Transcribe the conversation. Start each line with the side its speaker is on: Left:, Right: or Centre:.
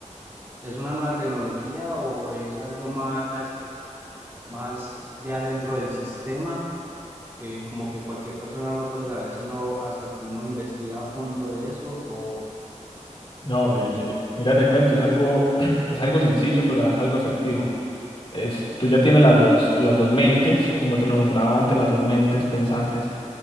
Right: ¿Es una nueva tecnología o es algo más, más ya dentro del sistema? Que como que cualquier persona no puede saber sino hasta que uno investiga a fondo de eso o,
Left: No,
Right: o
Left: mire,
Right: no
Left: mire,
Right: sé.
Left: mira, te cuento, es algo, <clears throat> es algo sencillo, pero es algo efectivo. Es, tú ya tienes las dos, las dos mentes, como te lo nombraba antes, las dos mentes pensantes,